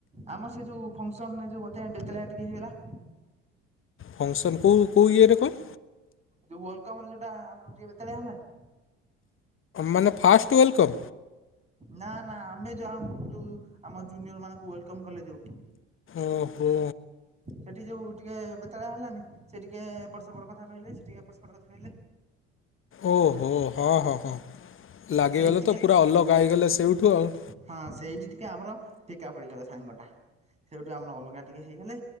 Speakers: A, on the right; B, on the left.
A: ଆମର ସେ ଯୋଉ ଫଙ୍କସନ ଏ ଯୋଉ ବତେ ବେତଳିଆ ଟିକେ ହେଇଗଲା।
B: ଫଙ୍କସନ୍ କଉଁ କଉ ଇଏରେ କଣ?
A: ଯୋଉ ୱେଲକମରେ ଯୋଟା ଆମର ଟିକେ ବେତାଲିଆ ହେଲାନି?
B: ମାନେ ଫାଷ୍ଟ୍ ୱେଲକମ?
A: ନା ନା ଆମେ ଯ ଆ ଯୋଉ ଆମ ଜୁନିୟର ମାନଙ୍କୁ ୱେଲକମ କଲେ ଯଉ।
B: ଓହୋ।
A: ସେଠି ଯୋଉ ଟିକେ ବେତାଳିଆ ହେଲାନି? ସେ ଟିକେ ଏପଟ ସେପଟ କଥା କହିଲେ। ସେ ଟିକେ ଏପଟ ସେପଟ କଥା କହିଲେ।
B: ଓହୋ ହଁ ହଁ ହଁ ଲାଗିଗଲେ
A: ସେଇଠି ଟିକେ
B: ତ, ପୁରା ଅଲଗା ହେଇଗଲା ସେଇଠୁ ଆଉ।
A: ହଁ ସେଇଠି ଟିକେ ଆମର ଫିକା ପଡିଗଲା ସାଙ୍ଗ ଟା। ସେଇଠୁ ଆମର ଅଲଗା ଟିକେ ହେଇଗଲେ,